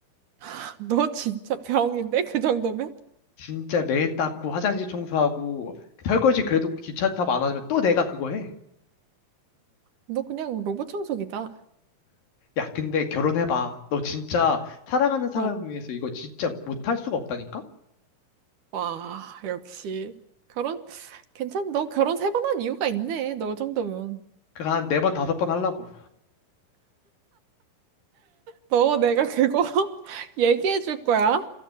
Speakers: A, on the right; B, on the left.
A: <laughs> 너 진짜 병인데? 그 정도면?
B: 진짜 매일 닦고 화장실 청소하고 설거지 그래도 귀찮다고 안 하면 또 내가 그거 해.
A: 너 그냥 로봇 청소기다.
B: 야, 근데 결혼해봐. 너 진짜 사랑하는 사람
A: 어.
B: 위해서 이거 진짜 못할 수가 없다니까?
A: 와, 역시. 결혼, 괜찮, 너 결혼 세 번한 이유가 있네. 너 정도면.
B: 그거 한 네 번, 다섯 번 하려고.
A: 너 내가 그거 <laughs> 얘기해 줄 거야?